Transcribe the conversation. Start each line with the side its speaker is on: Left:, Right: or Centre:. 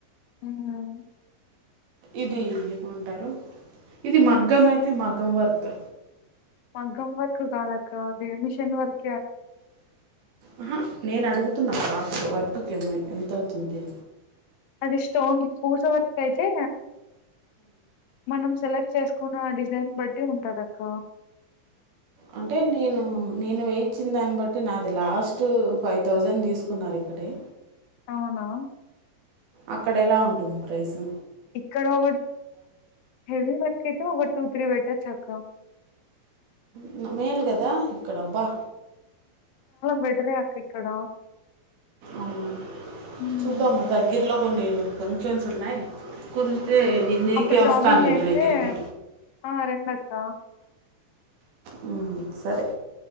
Left: ఎవరామే
Right: ఇది ఏమంటారు ఇది మగ్గం అయితే మగ్గం వర్క్.
Left: మగం వర్క్ కాదు అక్క అది మిషన్ వర్క్.
Right: అహా నేను అడుగుతున్నా కా వర్కుకి ఏమయి ఎంత అవుతుంది.
Left: అది స్టోన్, పూస వర్క్ అయితే మనం సెలెక్ట్. చేసుకున్న డిజైన్ బట్టి ఉంటది అక్క.
Right: అంటే నేను నేను వేయిచ్చిన్ దాన్ని బట్టి నాది లాస్ట్ ఫైవ్ థౌజండ్ తీసుకున్నారు. రొట్టె
Left: అవునా
Right: అక్కడ ఎలా ఉంటుంది ప్రైసు.
Left: ఇక్కడ ఒన్ హెవీ వర్క అయితే ఒన్. టూ, త్రీ వవెట్టొచ్చు అక్క.
Right: ఐన మేల్ కదా ఇక్కడ అబ్బా.
Left: బెటర్ ఏ అక్క ఇక్కడ.
Right: అవును
Left: మ్మ్
Right: చుద్దాము దగ్గరలో కొన్ని ఫంక్షన్స్ ఉన్నాయి. కుదిరితే నేన్ నీకె
Left: అప్పుడు షాపింగ్
Right: వస్తానులే
Left: చేస్తే
Right: నీ దగ్గరికి.
Left: ఆ రండి అక్క.
Right: హమ్ సరే.